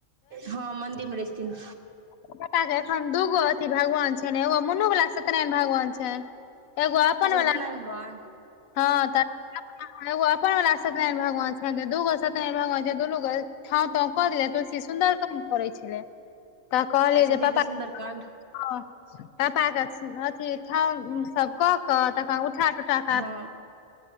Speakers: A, on the right; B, on the left.
A: हँ मन्दिर मे रहै छथिन।
B: पप्पा के एखन दूगो अथी भगवान छनि एगो मुनू वला सत्यनारायण भगवान छनि। एगो अपन
A: अच्छा
B: वला
A: सतनारायण भगबान।
B: हँ तऽ। एगो अपन वला सत्यारायण भगवान छेन दूगो सत्यनाराय भगवान छेन दुनू गो ठाव ताव कऽ देलया तुलसी सुन्दर काम करै छलै तऽ कहलियै
A: अच्छा
B: जे
A: दीदी
B: पापा
A: सुन्दरकाण्ड
B: ओ पप्पा के अथी ठांउ सब कऽक तखन उठा तुठा क।
A: हँ।